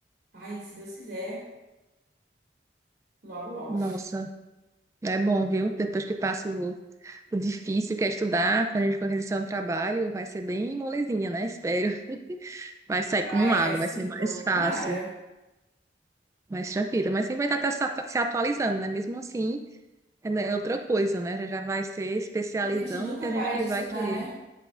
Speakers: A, on the right; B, on the right.
A: Ai, se Deus quiser, logo logo.
B: Nossa. É bom, viu? Depois que passa o, o difícil que é estudar, quando a gente for realizar um trabalho, vai ser bem molezinha, né? Espero. <laughs> Vai sair
A: Ai,
B: como água,
A: é sim.
B: vai ser mais
A: tomara.
B: fácil, mais tranquila. Mas sempre vai estar se atu- se atualizando, né? Mesmo assim, é né, é outra coisa, né? Já já vai ser especializando
A: A gente nunca
B: que a
A: para
B: gente que
A: de
B: vai
A: estudar,
B: querer.
A: né?